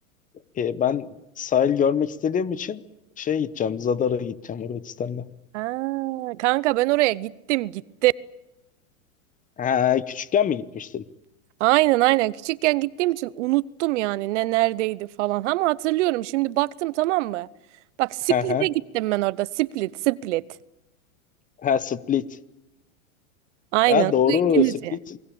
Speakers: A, on the left (about 20°); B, on the right (about 55°).
A: E, ben sahil görmek istediğim için şey gideceğim, Zadar'a gideceğim Hırvatistan'da.
B: Aa, kanka ben oraya gittim gittim.
A: Ha, küçükken mi gitmiştin?
B: Aynen aynen küçükken gittiğim için unuttum yani ne neredeydi falan. Ama hatırlıyorum şimdi baktım tamam mı? Bak Split'e
A: Ha, ha.
B: gittim ben orada. Split Split.
A: Ha, Split.
B: Aynen
A: Ha, doğru
B: bu İngilizce.
A: Split